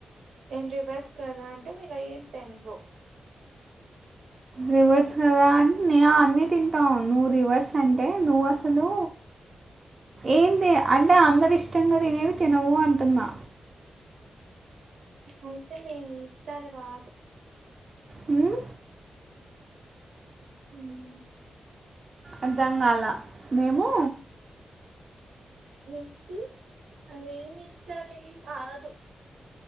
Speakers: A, on the right (about 85°); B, on the right (about 45°).
A: నేను రివర్స్ కదా అంటే మీరు అయేం తినరు
B: రివర్స్ కదా అంటే నే అన్నీ తింటావు నువ్వు రివర్స్ అంటే నువ్వు అసలు ఏం అంటే అందరి ఇష్టంగా తినేవి తినవు అంటున్నా
A: అయితే నే ఇష్టాలు కాదు
B: మ్మ్
A: మ్మ్
B: అర్ధంగాలా మేము
A: మీటు అయేవి ఇష్టలేం కాదు